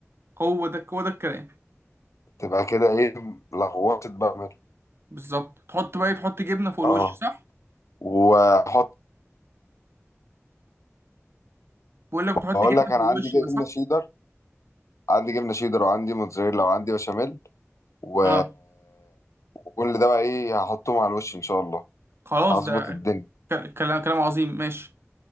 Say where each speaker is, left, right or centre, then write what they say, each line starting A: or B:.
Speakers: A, on the right; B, on the left.
A: هو ده هو ده الكلام
B: تبقى كده ايه لغوصه بشاميل
A: بالظبط تحط بقى تحط جبنه فوق الوش
B: اه
A: صح
B: واحط
A: بقول لك بتحط
B: بقول
A: جبنه
B: لك انا
A: فوق الوش
B: عندي جبنه
A: بقى صح
B: شيدر عندي جبنه شيدر وعندي موتزاريلا وعندي بشاميل و...
A: اه
B: وكل ده بقى ايه هحطهم على الوش ان شاء الله
A: خلاص
B: هظبط
A: ده
B: الدنيا
A: ك- كلام كلام عظيم ماشي